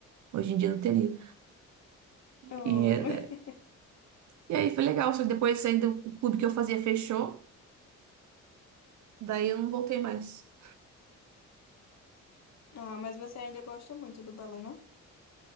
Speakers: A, on the right; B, on the left.
A: hoje em dia eu não teria.
B: Oh.
A: E,
B: <laughs>
A: e aí foi legal, só que depois ainda o clube que eu fazia fechou, daí eu não voltei mais.
B: Ah, mas você ainda gosta muito do balé, né?